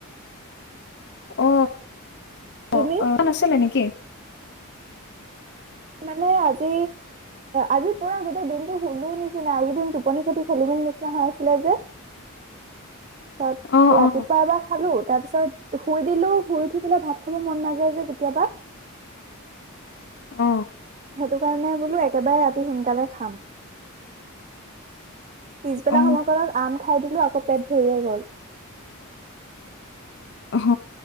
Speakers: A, on the left; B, on the right.
A: অ
B: তুমি
A: অ অ ইমান আছিলে নেকি
B: মানে আজি আজি পুৰা গোটেই দিনতটো শুনো নিচিনা এইকেইদিন টোপনি খতি খেলি মেলি নিচিনা হৈ আছিলে যে তাৰপিছত
A: অ
B: ৰাতিপুৱা
A: অ
B: এবাৰ খালো তাৰ পিছত শুই দিলো শুই উঠি পেলাই ভাত খাব মন নাযায় যে কেতিয়াবা
A: অ
B: সেইটো কাৰণে বোলো একেবাৰে ৰাতি সোনকালে চাম। পিছবেলা
A: অ
B: সময়কণত আম খাই দিলো আকৌ পেট ভৰিয়ে গ'ল
A: হ